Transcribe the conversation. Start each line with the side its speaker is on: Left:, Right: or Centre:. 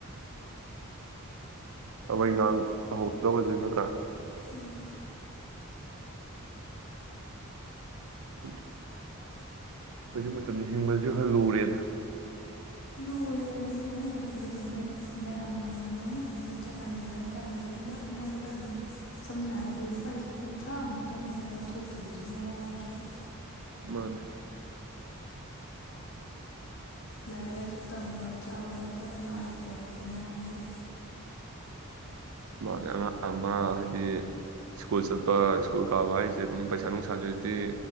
Right: ꯊꯕꯛ ꯏꯪꯒꯥꯡ ꯇꯧꯍꯧꯗꯕꯁꯦ ꯅꯠꯇ꯭ꯔꯥ
Left: ꯎꯝ
Right: <unintelligible> ꯍꯧꯖꯤꯛ ꯃꯇꯝꯖꯤ ꯍꯤꯡꯕꯗꯖꯨ ꯈꯔ ꯂꯨꯔꯦꯅ
Left: ꯂꯨꯔꯦ ꯑꯗꯨꯅꯦ ꯏꯃꯨꯡ ꯑꯃ ꯐꯖꯅ ꯃꯌꯥꯝꯒ ꯃꯥꯟꯅꯅ ꯐꯖꯅ ꯆꯂꯥꯏꯒꯦ ꯍꯥꯏ ꯇꯥꯔꯗꯤ ꯌꯥꯝꯗ꯭ꯔꯕꯗ ꯑꯗꯨꯝ ꯁꯝꯅ ꯍꯥꯏꯔꯕꯗ ꯑꯩꯈꯣꯏ ꯂꯨꯄꯥ ꯂꯤꯁꯤꯡ ꯀꯨꯟꯊ꯭ꯔꯥꯃꯨꯛ ꯇꯪ ꯑꯣꯏ ꯇꯥꯥꯔ ꯊꯣꯛꯇꯕꯒꯤ ꯁꯨꯡꯌꯥ ꯌꯥꯗ꯭ꯔꯦꯕ
Right: ꯃꯥꯅꯦ
Left: ꯂꯥꯏꯔꯤꯛ ꯂꯥꯏꯁꯨ ꯇꯝꯕ ꯆꯥꯕ ꯊꯛꯄ ꯑꯅꯥ ꯑꯌꯦꯛ ꯌꯥꯎꯔꯛꯄ ꯃꯌꯥꯝꯖꯤꯗ
Right: ꯃꯥꯅꯦ ꯑꯉꯥꯡ ꯑꯃ ꯍꯥꯏꯗꯤ ꯁ꯭ꯀꯨꯜ ꯆꯠꯄ ꯁ꯭ꯀꯨꯜ ꯀꯥꯕ ꯍꯥꯏꯖꯦ ꯑꯗꯨꯝ ꯄꯩꯁꯥ ꯅꯨꯡꯁꯥꯖꯨꯗꯤ